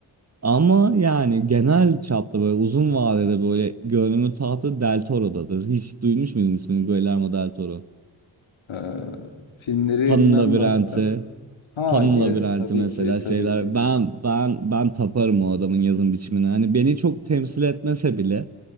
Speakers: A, on the right; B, on the left.
A: Ama yani genel çapta böyle uzun vadede böyle gönlümün tahtı Del Toro'dadır. Hiç duymuş muydun ismini Guillermo Del Toro?
B: Ee, filmlerinden
A: Pan'ın Labirenti.
B: bahseder. Ha,
A: Pan'ın
B: yes,
A: labirenti
B: tabii
A: mesela
B: ki, tabii
A: şeyler.
B: ki.
A: Ben ben ben taparım o adamın yazım biçimine. Hani beni çok temsil etmese bile.